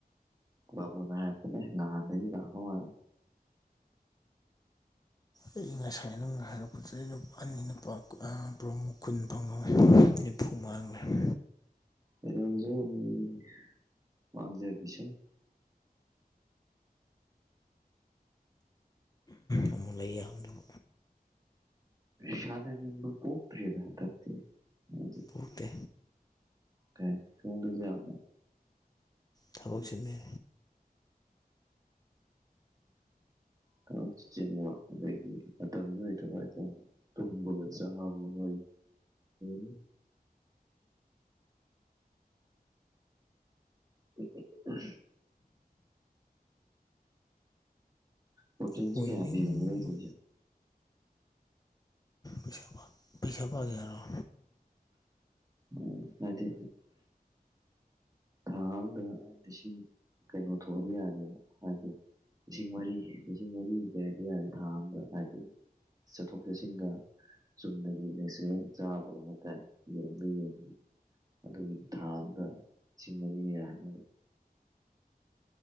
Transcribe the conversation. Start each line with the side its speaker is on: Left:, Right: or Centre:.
Right: ꯂꯕꯨꯅ ꯍꯥꯏꯔꯛꯅꯦ ꯅꯍꯥꯟꯗꯒꯤ ꯂꯥꯛꯄ ꯃꯥꯜꯂꯦ
Left: ꯑꯩ ꯉꯁꯥꯏ ꯅ ꯍꯥꯏꯔꯛꯄꯗ ꯂ ꯑꯅꯤ ꯂꯨꯄꯥ ꯄꯨꯡꯛ ꯀꯨꯟ ꯐꯪꯍꯧꯋꯤ <unintelligible> ꯅꯤꯐꯨ ꯃꯥꯡꯒꯔꯦ
Right: ꯀꯩꯗꯧꯖꯔꯨꯅꯦꯒꯦ ꯃꯥꯡꯖꯈꯤꯁꯅꯨ
Left: ꯑꯃꯨꯛ ꯂꯩ ꯌꯥꯕꯗꫭ
Right: ꯁꯥꯟꯅ ꯅꯤꯡꯕ ꯄꫭꯛꯇꯔꯦꯕ ꯍꯟꯗꯛꯇꯤ ꯑꯩꯖꯤ
Left: ꯄꯣꯛꯇꯦ
Right: ꯀꯩ ꯁꫭꯝꯗꯖꯨ ꯑꯃꯨꯛ
Left: ꯊꯕꯛ ꯆꯤꯟꯕꯩꯅꯤ
Right: ꯊꯕꯛꯁꯨ ꯆꯤꯟꯕ ꯑꯗꯒꯤ ꯃꯇꯝꯖꯨ ꯂꯩꯇꯕ ꯍꯥꯏꯇꯥꯔꯦ ꯇꯨꯝꯕꯒ ꯆꯥꯕꯒ <unintelligible> ꯎ <unintelligible> ꯄꯣꯇꯤꯟꯖꯦ
Left: ꯑꯣꯏꯅꯤꯡꯕ
Right: ꯀꯌꯥ ꯄꯤꯕꯅꫭ ꯈꯪꯗꯦꯅꯦ
Left: ꯂꯤꯁꯤꯡ ꯑꯃ ꯄꯩꯁꯥ ꯄꯥꯒꯦ ꯍꯥꯏꯔꫭ
Right: ꯎꯝ ꯅꯠꯇꯦ ꯉꯔꯥꯡꯗ ꯂꯤꯁꯤꯡ ꯀꯩꯅꯣ ꯊꯣꯛꯑꯗꯤ ꯌꯥꯔꯦꯅ ꯍꯥꯏꯒꯤ ꯂꯤꯁꯤꯡ ꯃꯔꯤ ꯂꯤꯁꯤꯡ ꯃꯔꯤ ꯂꯩꯗꯤ ꯌꯥꯔꯦ ꯊꯥ ꯑꯝꯗ ꯍꯥꯏꯗꯤ ꯆꯠꯊꯣꯛꯦ ꯆꯠꯁꯤꯟꯒ ꯆꯨꯝꯅꯒꯤ ꯅꯦꯆꯂꯦꯜ ꯆꯥꯕ꯭ꯔꯒ ꯍꯥꯏꯇꯥꯔꯦ ꯌꯦꯡꯗꯤ ꯌꯦꯡ ꯑꯗꯨꯒꯤꯗꯤ ꯊꯥ ꯑꯃꯗ ꯂꯤꯁꯤꯡ ꯃꯔꯤꯅ ꯌꯥꯔꯅꯦꯕ